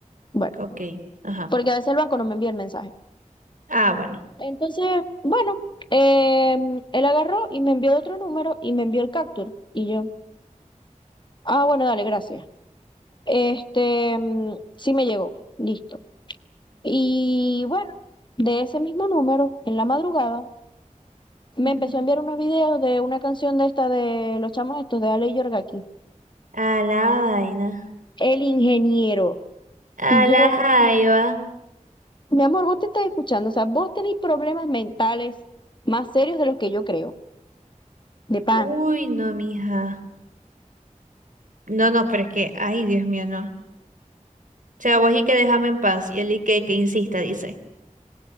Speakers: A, on the left (about 35°); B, on the right (about 80°).
A: Bueno,
B: Ok, ajá.
A: porque a veces el banco no me envía el mensaje.
B: Ah, bueno.
A: Entonces, bueno, em, él agarró y me envió otro número y me envió el capture y yo, ah, bueno, dale, gracias. Este, mm, sí me llegó, listo. Y bueno, de ese mismo número, en la madrugada, me
B: Ujú.
A: empezó a enviar unos videos de una canción de esta de los chamos estos de Ale y Yorgaki,
B: A la vaina.
A: El Ingeniero. Y
B: A
A: yo,
B: la jaiba.
A: mi amor, vos te estás escuchando, o sea, vos tenés problemas mentales más serios de los que yo creo, de pana.
B: Uy, no, mija. No, no, pero es que, ay, Dios mío, no. O sea, vos y que déjame en paz. Y él y que, que insista, dice.